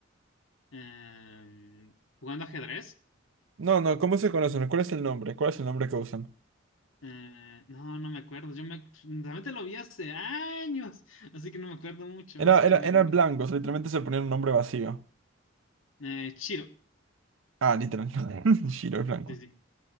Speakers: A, on the left (about 85°); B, on the right (about 75°).
A: Em, ¿jugando ajedrez?
B: No, no, ¿cómo se conocen? ¿Cuál es el nombre? ¿Cuál es el nombre que usan?
A: Eh, no, no me acuerdo. Yo me realmente lo vi hace años, así que no me acuerdo mucho, así
B: Era,
A: que
B: era,
A: me rindo.
B: era blancos, literalmente se ponían un nombre vacío.
A: Eh, Chiro,
B: Ah, literal. <laughs> Shiro es blanco.
A: sí, sí,